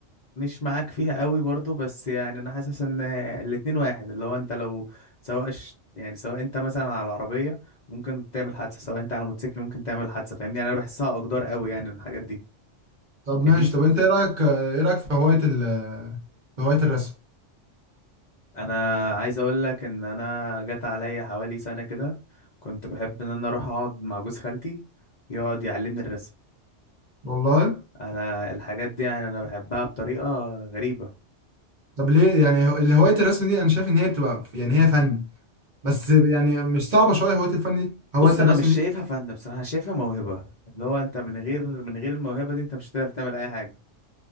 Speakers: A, on the left; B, on the right.
A: مش معاك فيها قوي برضو بس يعني أنا حاسس إن الاتنين واحد اللي هو أنت لو سواء ش- يعني سواء أنت مثلا على العربية ممكن تعمل حادثة سواء أنت على موتوسيكل ممكن تعمل حادثة فاهمني يعني أنا بحسها أقدار قوي يعني الحاجات دي
B: طب ماشي
A: فاهمني
B: طب انت ايه رايك ايه رايك في هوايه ال في هوايه الرسم
A: انا عايز اقول لك ان انا جت عليا حوالي سنه كده كنت بحب ان انا اروح اقعد مع جوز خالتي يقعد يعلمني الرسم
B: والله
A: انا الحاجات دي يعني انا بحبها بطريقه غريبه
B: طب ليه يعني هو- هوايه الرسم دي انا شايف ان هي بتبقى يعني هي فن بس يعني مش صعبه شويه هوايه الفن دي هوايه
A: بص
B: الرسم
A: انا مش شايفها
B: دي
A: فن بصراحه شايفها موهبه اللي هو انت من غير من غير الموهبه دي انت مش هتقدر تعمل اي حاجه